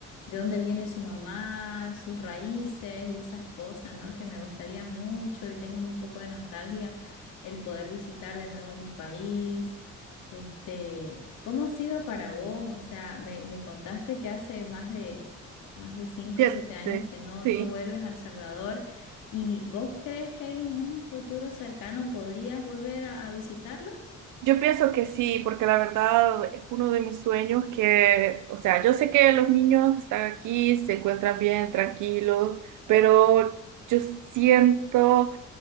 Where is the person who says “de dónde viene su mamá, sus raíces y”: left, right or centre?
Left